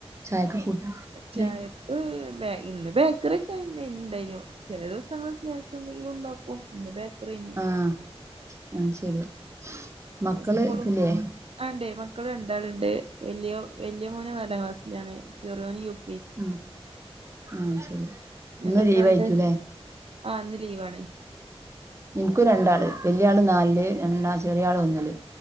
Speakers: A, on the right; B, on the right.
A: ചായക്ക് കൂട്ടാൻ എന്തേ
B: ചായക്ക് ഇന്ന് ബേക്കറി ഒക്കെ ഇണ്ടേനു ചെല ദിവസ സ്നാക്സ് എന്തെങ്കിലും ഉണ്ടാക്കോ ഇന്ന് ബേക്കറിനു
A: ആഹ് അത് ശരി മക്കള്
B: സ്കൂളും
A: ഇല്ലയേ
B: ആണ്ടേ മക്കള് രണ്ടാളുണ്ട് വലിയോൻ വലിയ മോൻ നാലാം ക്ലാസിലാണ് ചെറിയോൻ യുകെ
A: ഉം ഉം ശരി
B: നിനക്ക്
A: ഇന്ന്
B: എത്ര
A: ലീവായിരിക്കുംല്ലേ
B: ആളുണ്ട് ആഹ് ഇന്ന് ലീവാണ്
A: ക്ക് രണ്ടാള് വലിയാള് നാലില് രണ്ടാ ചെറിയാള് ഒന്നില്